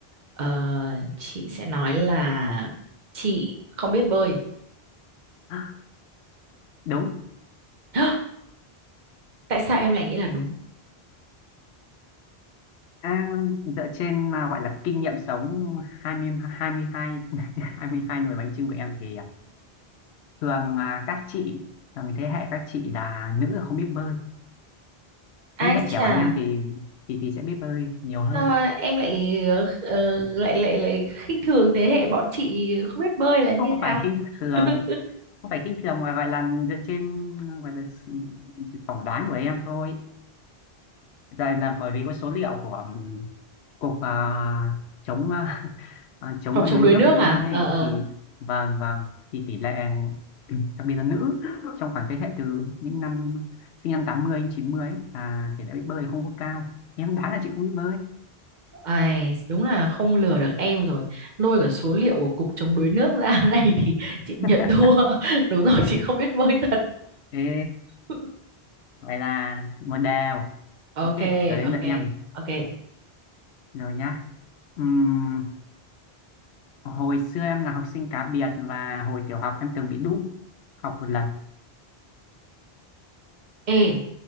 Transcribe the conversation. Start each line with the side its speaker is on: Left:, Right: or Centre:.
Right: ờ, chị sẽ nói là chị không biết bơi
Left: À, đúng
Right: <gasps> tại sao em lại nghĩ là đúng
Left: à, dựa trên à, gọi là kinh nghiệm sống 20 22 22 <laughs> nồi bánh chưng của em thì à, thường là các chị thường thế hệ các chị là nữ là không biết bơi thế
Right: Ai
Left: hệ trẻ
Right: chà,
Left: bọn em thì thì thì sẽ biết bơi nhiều hơn
Right: sao em lại ờ, lại lại lại khinh thường thế hệ bọn chị không biết bơi là như
Left: không
Right: nào?
Left: phải khinh thường
Right: <laughs>
Left: không phải khinh thường mà gọi là dựa trên gọi là s- phỏng đoán của em thôi đây là bởi vì có số liệu của cục à, chống à, <laughs> à, chống
Right: phòng chống
Left: đuối
Right: đuối
Left: nước
Right: nước
Left: Việt
Right: hả
Left: Nam ấy
Right: ờ ờ
Left: thì vâng vâng thì tỷ lệ <clears throat> đặc biệt là nữ trong khoảng thế hệ từ những năm sinh năm 80 đến 90 ấy, là tỷ lệ biết bơi không có cao em đoán là chị không biết bơi
Right: Ai, đúng là không lừa được em rồi lôi cả số liệu của cục chống đuối nước ra <laughs> này thì chị nhận
Left: <laughs>
Right: thua <laughs> đúng rồi chị không biết bơi thật
Left: Ê,
Right: <laughs>
Left: vậy là một đều ok
Right: ok
Left: giờ đến
Right: ok
Left: lượt em này.
Right: ok
Left: rồi nhá Ừm, hồi xưa em là học sinh cá biệt và hồi tiểu học em từng bị đú học một lần
Right: ê